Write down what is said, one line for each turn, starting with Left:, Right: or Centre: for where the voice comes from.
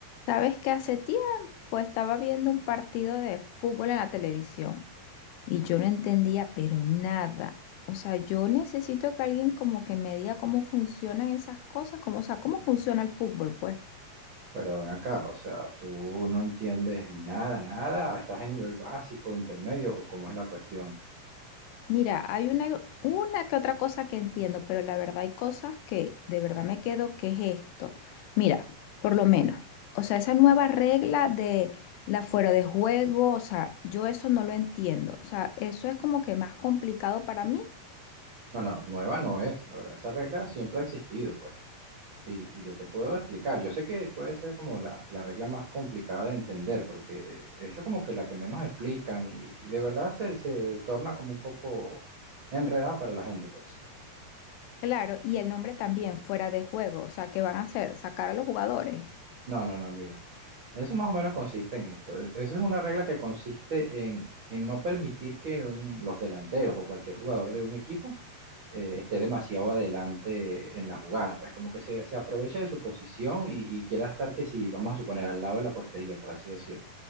Left: Sabes que hace tiempo estaba viendo un partido de fútbol en la televisión y yo no entendía, pero nada. O sea, yo necesito que alguien como que me diga cómo funcionan esas cosas, cómo, o sea, cómo funciona el fútbol, pues.
Right: Pero ven acá, o sea, tú no entiendes nada, nada, estás en nivel básico, intermedio, o cómo es la cuestión.
Left: Mira, hay una, una que otra cosa que entiendo, pero la verdad hay cosas que de verdad me quedo, ¿qué es esto? Mira, por lo menos, o sea, esa nueva regla de la fuera de juego, o sea, yo eso no lo entiendo. O sea, eso es como que más complicado para mí
Right: No, no, nueva no es, la verdad, esa regla siempre ha existido, pues, y, y yo te puedo explicar. Yo sé que puede ser como la, la regla más complicada de entender, porque es lo- como que la que menos explican y, y de verdad se, se torna como un poco enredada para la gente, pues.
Left: Claro, y el nombre también fuera de juego, o sea, ¿qué van a hacer? Sacar a los jugadores.
Right: No, no, no, mira. Eso más o menos consiste en esto. E- Eso es una regla que consiste en, en no permitir que un- los delanteros o cualquier jugador de un equipo eh, esté demasiado adelante en la jugada. Pues como que se, se aproveche de su posición y, y quiera estar que si, vamos a suponer, al lado de la portería, por así decirlo.